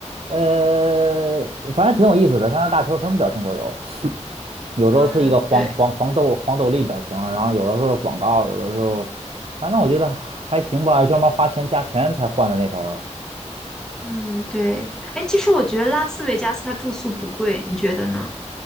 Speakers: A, on the right; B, in the centre.
A: 呃，反正挺有意思的，他那大球儿什么表情都有，有时候是一个黄黄黄豆黄豆粒表情啊，
B: 嗯，对，
A: 然后有的时候是广告，有的时候，反正我觉得还行吧，专门花钱加钱才换的那头儿啊
B: 嗯，对。哎，其实我觉得拉斯维加斯它住宿不贵，你觉得呢？